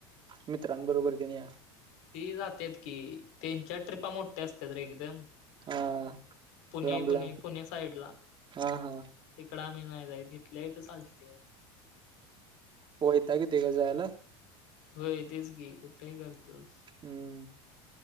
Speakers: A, on the right (about 35°); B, on the left (about 70°).
A: मित्रांबरोबर तेन या
B: ती जात्यात की त्यांच्या ट्रिपा मोठ्या असत्यात रे एकदम
A: हा
B: पुणे
A: लांब
B: पुणे
A: लांब
B: पुणे साईडला
A: हा हा
B: तिकडं आम्ही नाही जाईत इथल्या इथ चालतय
A: वयताग येतोय काय जायला
B: होय तेच कि कुठंही करतोस
A: हम्म